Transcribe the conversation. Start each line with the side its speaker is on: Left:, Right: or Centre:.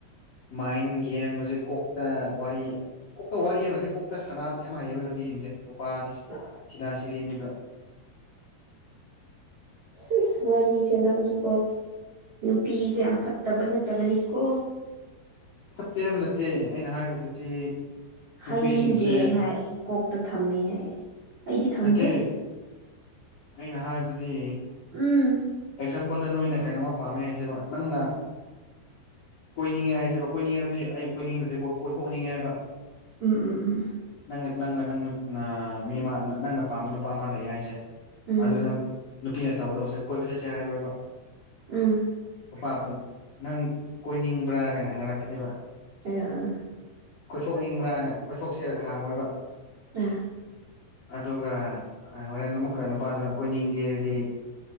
Left: ꯃꯥꯏꯟ ꯒꯦꯝ ꯍꯧꯖꯤꯛ ꯀꯣꯛ ꯀꯣꯛꯇ ꯋꯥꯔꯤ ꯀꯣꯛꯇ ꯋꯥꯔꯤ ꯍꯥꯏꯕ ꯅꯠꯇꯦ ꯀꯣꯛꯇ ꯁꯥꯟꯅꯕꯗꯤ ꯌꯥꯝ ꯍꯩꯑꯕ ꯅꯨꯄꯤꯁꯤꯡꯁꯦ ꯅꯨꯄꯥꯗꯤ
Right: ꯑꯥ
Left: ꯁꯤꯙꯥ ꯁꯤꯔꯤꯅꯦꯕ
Right: ꯁꯤꯁ ꯋꯥꯔꯤꯁꯦ ꯅꯪꯁꯨꯀꯣ ꯅꯨꯄꯤꯁꯦ ꯌꯥꯝ ꯐꯠꯇꯕ ꯅꯠꯇꯕꯅꯤꯀꯣ
Left: ꯐꯠꯇꯦ ꯍꯥꯏꯕ ꯅꯠꯇꯦ ꯑꯩꯅ ꯍꯥꯏꯕꯗꯨꯗꯤ
Right: ꯍꯥꯏꯅꯤꯡꯗꯦ
Left: ꯅꯨꯄꯤꯁꯤꯡꯁꯦ
Right: ꯍꯥꯏ ꯀꯣꯛꯇ ꯊꯝꯃꯦ ꯍꯥꯏꯌꯦ ꯑꯩꯗꯤ ꯊꯝꯗꯦ
Left: ꯅꯠꯇꯦ ꯑꯩꯅ ꯍꯥꯏꯕꯗꯤ
Right: ꯎꯝ
Left: ꯑꯦꯛꯖꯥꯝꯄꯜꯗ ꯅꯣꯏꯅ ꯀꯩꯅꯣꯝꯃ ꯄꯥꯝꯃꯦ ꯍꯥꯏꯁꯤꯕ ꯅꯪꯅ ꯀꯣꯏꯅꯤꯡꯉꯦ ꯍꯥꯏꯁꯦꯕ ꯀꯣꯏꯅꯤꯡꯉꯦ ꯍꯥꯏꯕꯗꯤ ꯑꯩ ꯀꯣꯏꯅꯤꯡꯉꯦ ꯍꯥꯏꯕ ꯅꯠꯇꯦꯀꯣ ꯀꯣꯏꯊꯣꯛꯅꯤꯡꯉꯦ ꯍꯥꯏꯕ
Right: ꯎꯝ ꯎꯝ ꯎꯝ
Left: ꯅꯪ ꯅꯪꯒ ꯅꯪ ꯃꯤ ꯑꯃ ꯅꯪꯅ ꯄꯥꯝꯕ ꯅꯨꯄꯥ ꯑꯃ ꯂꯩ ꯍꯥꯏꯁꯦ
Right: ꯎꯝ
Left: ꯑꯗꯨꯗ ꯅꯨꯄꯤꯅ ꯇꯧꯒꯗꯕꯁꯦ ꯀꯣꯏꯕ ꯆꯠꯁꯦ ꯍꯥꯏꯔꯣꯏꯕ
Right: ꯎꯝ
Left: ꯃꯄꯥꯝꯕꯗꯨ ꯅꯪ ꯀꯣꯏꯅꯤꯡꯕ꯭ꯔꯥ ꯀꯥꯏꯅ ꯍꯪꯒꯠꯂꯛꯀꯅꯤꯕ
Right: ꯑꯦ ꯑꯥ
Left: ꯀꯣꯏꯊꯣꯛꯅꯤꯡꯕ꯭ꯔꯅ ꯀꯣꯏꯊꯣꯛꯁꯤꯔꯥ ꯍꯥꯡꯉꯣꯏꯕ
Right: ꯑꯝ
Left: ꯑꯗꯨꯒ ꯍꯣꯔꯦꯟ ꯑꯃꯨꯛꯀ ꯅꯨꯄꯥꯗꯨꯅ ꯀꯣꯏꯅꯤꯡꯗꯦ ꯍꯥꯏꯔꯗꯤ